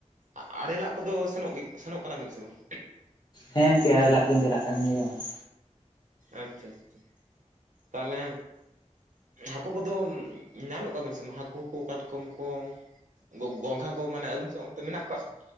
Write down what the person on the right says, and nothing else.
ᱟ-ᱟᱲᱮ ᱞᱟᱜ ᱠᱚᱫᱚ ᱥᱮᱱᱚᱜ ᱜᱮ ᱥᱮᱱᱚᱜ ᱠᱟᱱᱟ ᱵᱤᱱ ᱥᱮ ᱵᱟᱝ?
ᱟᱪᱪᱷᱟ ᱟᱪᱪᱷᱟ ᱛᱟᱦᱚᱞᱮ ᱦᱟᱹᱠᱩ ᱠᱚᱫᱚᱢ ᱧᱟᱢᱮᱫ ᱠᱚᱣᱟᱵᱮᱱ ᱥᱮ ᱵᱟᱝ‌ ᱦᱟᱹᱠᱩ ᱠᱚ ᱠᱟᱴᱠᱚᱢ ᱠᱚ? ᱜᱚᱼᱜᱚᱝᱜᱷᱟ ᱠᱚ ᱢᱟᱱᱮ ᱟᱹᱵᱤᱱ ᱥᱮᱫ ᱚᱱᱛᱮ ᱢᱮᱱᱟᱜ ᱠᱚᱣᱟ ᱥᱮ?